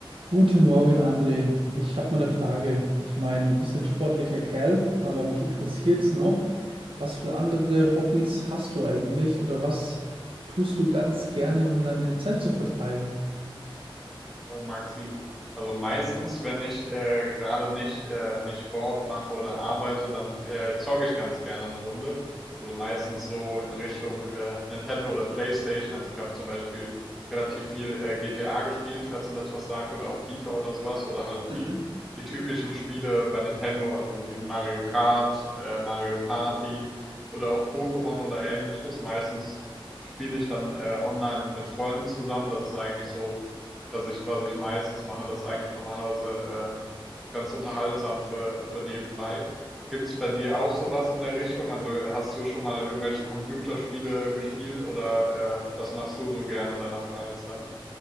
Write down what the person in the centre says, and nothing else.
Ja, Maxi, also meistens, wenn ich äh, gerade nicht, äh, nicht Sport mache oder arbeite, dann äh, zocke ich ganz gerne eine Runde. Also meistens so in Richtung äh, Nintendo oder PlayStation. Also ich habe zum Beispiel relativ viel äh, GTA gespielt, falls ihr das was sagt, oder auch FIFA oder sowas, oder halt
die, die typischen Spiele bei Nintendo, also so diese Mario Kart, äh, Mario Party oder auch Pokémon oder ähnliches. Meistens spiele ich dann äh, online mit Freunden zusammen. Das ist eigentlich so dass ich, was ich meistens mache, das eigentlich normalerweise äh, ganz unterhaltsam für, für nebenbei. Gibt's bei dir auch sowas in der Richtung? Also hast du schon mal irgendwelche Computerspiele gespielt oder äh, was machst du so gerne in deiner Freizeit?